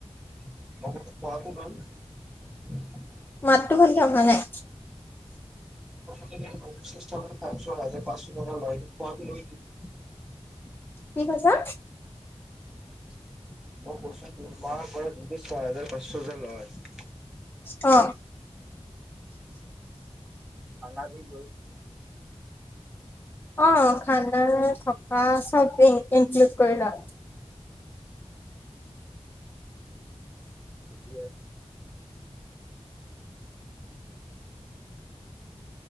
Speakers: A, in the centre; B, on the left (about 20°).
A: <unintelligible>
B: মাতটো ভাল কে অহা নাই।
A: <unintelligible>
B: কি কৈছা?
A: মাহ পৰা ছয় হাজাৰ পাঁচশ হাজাৰ লয়
B: অ।
A: আনা দি গ
B: অ, খানা থ কা, চপে। ইনক্লুড কৰিলা।
A: ঠিকেই আছে।